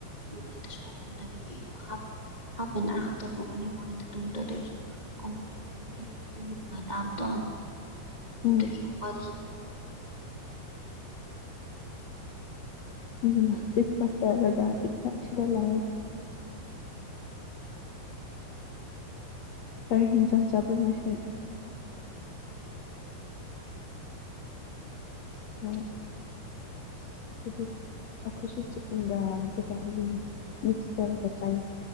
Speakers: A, on the right; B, on the left.
A: ꯃꯣꯔꯅꯤꯡꯗꯁꯨ ꯇꯨꯝꯗꯕꯒꯤ ꯑꯩꯗꯣ ꯍꯥꯞ ꯍꯥꯐ ꯑꯦꯟ ꯑꯋꯥꯔꯛꯇꯅꯤ ꯃꯣꯔꯗ ꯇꯨꯝꯗꯣꯏꯔꯁꯨ ꯀꯝꯄ꯭ꯂꯤꯠ ꯑꯣꯏꯗꯕꯒꯤ ꯑꯩꯉꯣꯟꯗ ꯇꯨꯝꯕ ꯅꯨꯡꯉꯥꯏ ꯇꯕꯗꯣ
B: ꯎꯝ
A: ꯑꯗꯒꯤ ꯍꯧꯒꯠꯈꯤꯕꯅꯦꯕ ꯑꯩꯗꯣ
B: ꯎꯝ ꯆ ꯆꯒ ꯑꯁꯔ ꯂ꯫ ꯀꯔ ꯍꯤꯟꯖꯟ ꯆꯕꯔꯣ ꯅꯁꯤ ꯑꯣ ꯑꯩꯈꯣꯏꯗꯤ ꯑꯈꯣꯏꯁꯨ ꯆꯤꯀꯟꯒ ꯑꯗꯨꯒ ꯑꯂꯨꯒ ꯃꯤꯁ ꯊꯧꯔꯒ ꯆꯥꯏ